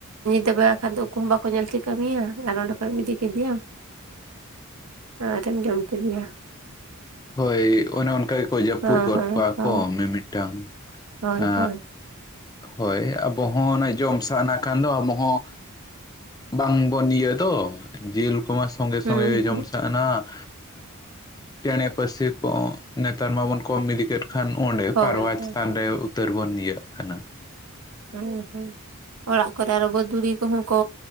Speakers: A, on the right; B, on the left.
A: ᱛᱚᱵᱮ ᱮᱠᱷᱟᱱ ᱫᱚ ᱩᱱᱠᱩᱦᱚ ᱵᱟᱠᱚ ᱧᱮᱞᱛᱤ ᱠᱟᱹᱢᱤᱭᱟ ᱟᱨ ᱚᱰᱮ ᱠᱷᱚᱡ ᱮᱢ ᱤᱫᱤ ᱠᱮᱫᱮ ᱭᱟᱢ ᱟᱨ ᱮᱢ ᱡᱚᱢ ᱠᱮᱫᱮᱭᱟ
B: ᱦᱳᱭ ᱚᱱᱮ ᱚᱱᱠᱟ ᱜᱮᱠᱚ ᱡᱟᱹᱯᱩᱫ
A: ᱦᱮᱸ
B: ᱜᱚᱫ
A: ᱦᱮᱸ
B: ᱠᱚᱣᱟ
A: ᱦᱳᱭ
B: ᱠᱚ ᱢᱤᱢᱤᱫ ᱴᱟᱝ
A: ᱦᱳᱭ
B: ᱮᱼᱼ
A: ᱦᱳᱭ
B: ᱦᱳᱭ ᱟᱵᱚᱦ ᱦᱚᱸ ᱚᱱ ᱡᱚᱢ ᱥᱟᱦᱟᱱᱟ ᱠᱷᱟᱱ ᱫᱚ ᱟᱵᱚᱦ ᱦᱚᱸᱼᱼ ᱵᱟᱝ ᱵᱚᱱ ᱤᱭᱟᱹ ᱛᱚ ᱡ ᱨᱚᱠᱚᱢᱼᱼ ᱥᱚᱸᱜᱮ ᱥᱚᱸᱜᱮ
A: ᱦᱩᱸ
B: ᱡᱚᱢ
A: ᱦᱩᱸ
B: ᱥᱟᱱᱟᱼᱼ ᱪᱮᱬᱮᱸ ᱯᱟᱹᱨᱥᱤ ᱠᱚ ᱱᱮᱛᱟᱨ ᱢᱟᱵᱚᱱ ᱠᱚᱢ ᱤᱫᱤ ᱠᱮᱫ ᱠᱷᱟᱱ ᱚᱸᱰᱮ
A: ᱦᱳᱭ
B: ᱯᱟᱨᱣᱟ
A: ᱦᱳᱭ
B: ᱪᱮᱛᱟᱱ ᱨᱮᱼᱼ ᱩᱛᱟᱹᱨ ᱵᱚᱱ ᱤᱭᱟᱹᱜ ᱠᱟᱱᱟ᱾
A: ᱦᱩᱸ ᱦᱩᱸ ᱚᱲᱟᱜ ᱠᱚᱨᱮ ᱟᱨᱚ ᱵᱟᱹᱫᱩᱲᱤ ᱠᱚᱦᱚᱸ ᱠᱚ